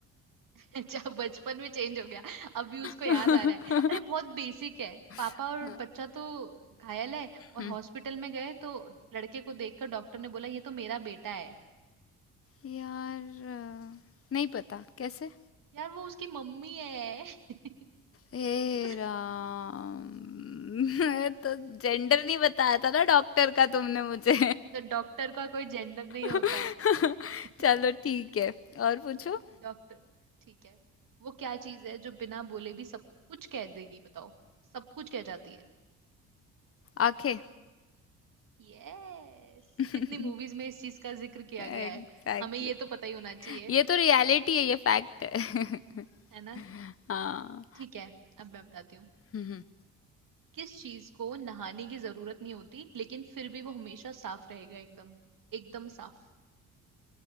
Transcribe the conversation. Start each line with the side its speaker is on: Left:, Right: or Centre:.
Right: <laughs> अच्छा बचपन में चेंज हो गया अभी उसको
Left: बच्चा
Right: याद आ रहा है अरे बहुत बेसिक है पापा
Left: <laughs>
Right: और
Left: <coughs>
Right: बच्चा तो घायल है और
Left: हम्म,
Right: हॉस्पिटल में गए तो लड़के को देखकर डॉक्टर ने बोला ये तो मेरा बेटा है
Left: यार अ, नहीं पता कैसे
Right: यार वो उसकी मम्मी है <laughs>
Left: हे
Right: तो,
Left: राम <laughs> मैं तो जेंडर नहीं बताया था ना डॉक्टर का तुमने मुझे
Right: तो डॉक्टर का कोई जेंडर नहीं
Left: <laughs>
Right: होता है <laughs>
Left: चलो ठीक है और पूछो
Right: डॉक्टर ठीक है वो क्या चीज है जो बिना बोले भी सब कुछ कह देगी बताओ सब कुछ कह जाती है
Left: आंखें
Right: यस
Left: <laughs>
Right: कितनी मूवीज में इस चीज का जिक्र किया
Left: एग्जैक्टली
Right: गया है हमें ये तो पता ही होना चाहिए
Left: ये तो रियलिटी है ये फैक्ट है <laughs>
Right: है ना
Left: हाँ
Right: ठीक है अब मैं बताती हूँ
Left: हम्म,
Right: किस चीज को नहाने की जरूरत नहीं होती लेकिन फिर भी वो हमेशा साफ रहेगा एकदम एकदम साफ